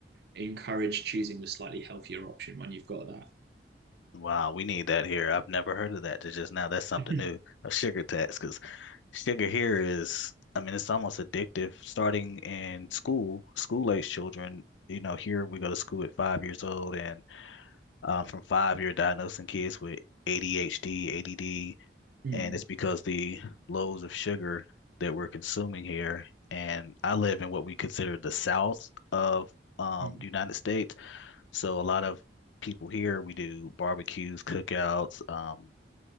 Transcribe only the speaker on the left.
Wow, we need that here. I've never heard of that to just now. That's something
new, a sugar tax, because sugar here is, I mean, it's almost addictive. Starting in school, school age children, you know, here we go to school at five years old, and um, from five year diagnosing kids with ADHD, ADD,
and it's because the loads of sugar that we're consuming here. And I live in what we consider the South of um,
the United States, so a lot of people here we do barbecues, cookouts, um,